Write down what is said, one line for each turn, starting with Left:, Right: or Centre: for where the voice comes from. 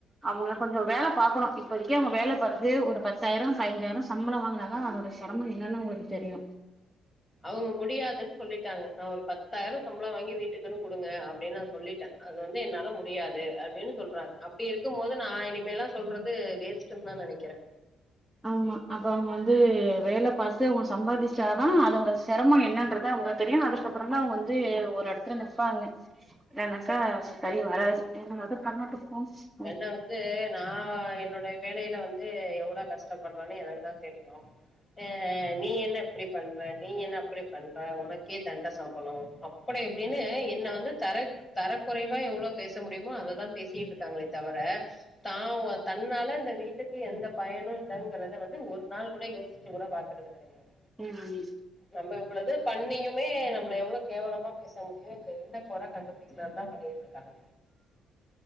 Centre: அவுங்க கொஞ்சோ வேல பாக்கணு இப்போதிக்கு அவுங்க வேல பாத்து ஒரு பத்தாயிரோ பதிஞ்சாயிரோ சம்பளோ வாங்கனா தா அதோட சிரமோ என்னனு அவுங்களுக்கு தெரியு
Left: அவுங்க முடியாதுன் சொல்லிட்டாங்க நா ஒரு பத்தாயிரோ சம்பளோ வாங்கி வீட்டுக்குன்னு குடுங்க அப்டின் நா சொல்லிட்ட அது வந்து என்னால முடியாது அப்டின்னு சொல்றாங்க அப்டி இருக்கும் போது நா இனிமேல்லா சொல்றது வேஸ்ட் டுந்தா நனைக்கற
Centre: ஆமா அப்ப அவுங்க வந்து வேல பாத்து அவீங்க சம்பாதிச்சாதா அதோட சிரமோ என்னன்றத அவுங்களுக்கு தெரியு‌ அத அப்புறோந்தா அவுங்க வந்து ஒரு இடத்துல நிப்பாங்க எனக்கா சரி வராது என்னாதோ பண்ணட்டும் போங்க
Left: என்ன வந்து நா என்னோடைய வேலையில வந்து எவ்ளோ கஷ்டப்படுறன்னு எனக்கு தா தெரியு அ நீ என்ன இப்படி பண்ற நீ என்ன அப்படி பண்ற உனக்கே தண்ட சம்பளோ அப்படே இப்டின்னு என்ன வந்து தர தரக்குறைவா எவ்ளோ பேச முடியுமோ அததா பேசிட்டு இருக்காங்களே தவர தா வந் தன்னால இந்த வீட்டுக்கு எந்த பயனு இல்லங்கறத வந்து ஒரு நாள் கூட யோசிச்சு கூட பாக்குறதில்ல கடையாது
Centre: ம் ம்
Left: நம்ப இவ்வளது பண்ணியுமே நம்பள எவ்ளோ கேவலமா பேச முடியு இதுல என்ன கொற கண்டு புடிக்கலாதா பண்ணிட்டு இருக்காங்க